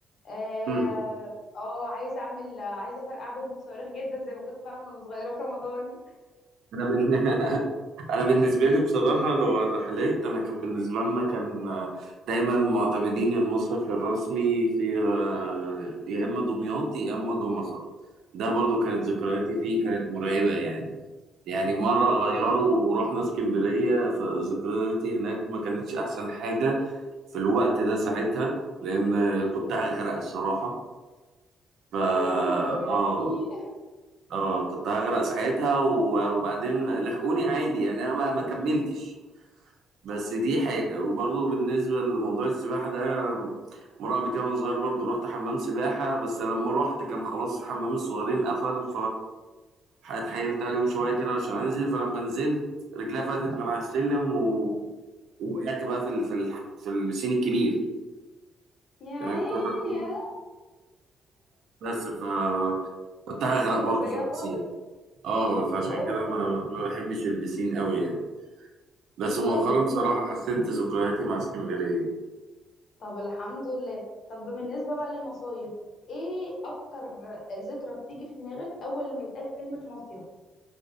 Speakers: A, on the left (about 60°); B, on the right (about 75°).
A: اه
B: مم.
A: آه، عايزه اعمل عايزه افرقع بومبو بصواريخ جدا زي ما كنت بعمل وانا صغيره في رمضان
B: انا بن- انا بالنسبه لي بصراحه لو على الرحلات انا كان بالنسبه لنا كان آه، دايما معتمدين المصيف الرسمي في آه، يا اما دمياط يا اما جمصة ده برضو كانت ذكرياتي فيه كانت مرعبه يعني يعني مره
A: طب
B: غيروا
A: ايه
B: ورحنا اسكندريه فذكرياتي هناك ما كانتش احسن حاجه في الوقت ده ساعتها لان آه، كنت هغرق الصراحه ف اه
A: اوه يعني
B: اه كنت هغرق ساعتها و- وبعدين لحقوني عادي يعني انا ما ما كملتش بس
A: <laughs>
B: دي
A: امم
B: حاجة وبرضه بالنسبة لموضوع السباحة ده مرة قبل كده وأنا صغير برضه رحت حمام سباحة بس لما رحت كان خلاص حمام الصغيرين قفل فاتحايلت عليهم شوية كده عشان أنزل فلما نزلت رجليا فلتت من على السلم و... وقعت بقى في ال... في ال... في البسين الكبير
A: يا عيني
B: يعني كنت واقف في البسين
A: آه.
B: بس ف كنت هغرق
A: ذكرى
B: برضه
A: سيئه
B: في البسين
A: خالص
B: اه فعشان
A: اوه
B: كده ما ما بحبش البسين قوي يعني بس مؤخرا
A: طيب
B: بصراحة
A: انت
B: حسنت ذكرياتي مع اسكندرية
A: طب الحمد لله طب بالنسبة بقى للمصايف ايه اكتر ذكرى بتيجي في دماغك اول لما يتقال كلمة مصيف